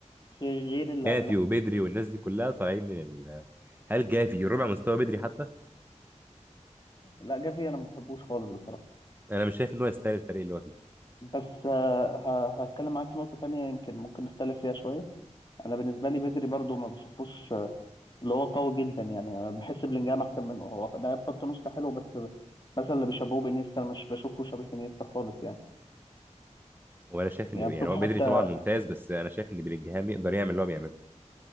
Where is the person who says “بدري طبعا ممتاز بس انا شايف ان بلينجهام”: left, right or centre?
Right